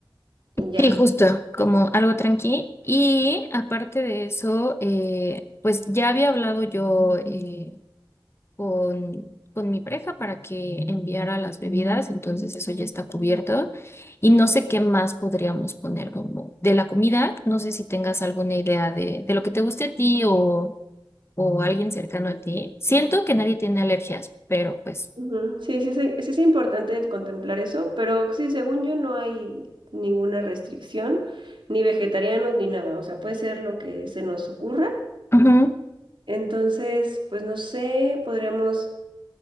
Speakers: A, on the right (about 70°); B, on the left (about 30°).
A: y ya.
B: Sí, justo, como algo tranqui. Y aparte de eso, eh, pues ya había hablado yo. eh, con, con mi pareja para que enviara las bebidas, entonces eso ya está cubierto. Y no sé qué más podríamos poner como de la comida, no sé si tengas alguna idea de, de lo que te guste a ti o, o alguien cercano a ti. Siento que nadie tiene alergias, pero pues...
A: Ujú. Sí, sí, sí, sí es importante contemplar eso, pero sí, según yo no hay ninguna restricción, ni vegetarianos ni nada, o sea, puede ser lo que se nos ocurra.
B: Ujú.
A: Entonces, pues no sé, podríamos